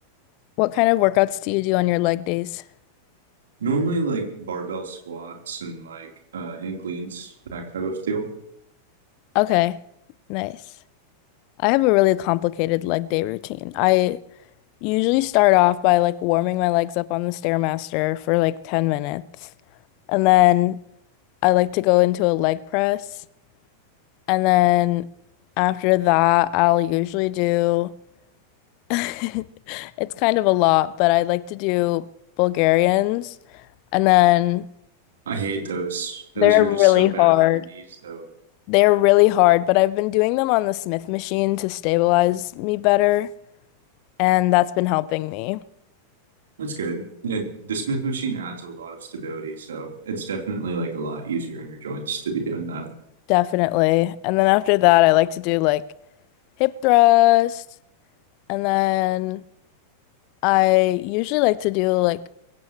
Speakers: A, on the left (about 45°); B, on the right (about 65°).
A: What kind of workouts do you do on your leg days?
B: Normally, like barbell squats and like uh, hang cleans, that type of deal.
A: Okay, nice. I have a really complicated leg day routine. I Usually start off by like warming my legs up on the Stairmaster for like 10 minutes. And then I like to go into a leg press. And then after that, I'll usually do <laughs> it's kind of a lot, but I like to do Bulgarians. And then
B: I hate those. Those
A: they're
B: are
A: really
B: just so bad
A: hard.
B: on your knees, though.
A: They're really hard, but I've been doing them on the Smith machine to stabilize me better, and that's been helping me.
B: That's good. Yeah, the Smith machine adds a lot of stability, so it's definitely like a lot easier on your joints to be doing that.
A: Definitely. And then after that, I like to do like hip thrust. And then I usually like to do like